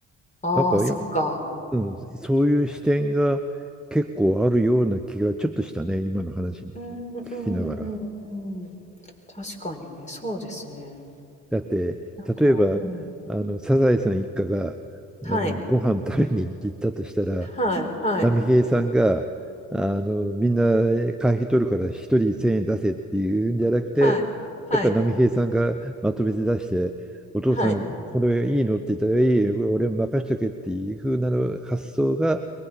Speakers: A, on the left (about 15°); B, in the centre.
A: ああ、
B: なんかい、
A: そっか。
B: うん、そういう視点が結構あるような気がちょっとしたね、今の話
A: うんうんうんうん。
B: 聞きながら。
A: 確かにね、そうですね。
B: だって、
A: なんか、
B: 例えば、
A: うん。
B: あの、サザエさん一家が、あの、
A: はい。
B: ご飯食べに行ったとしたら、
A: はいはい
B: 波平さんがあのみんな会費取るから一人1000円出せっていうんじゃなくてやっぱり波平さんがまとめて出してお父さんこれいいのって言ったらいいよ俺も任しとけっていう風なの発想が
A: はいはいはい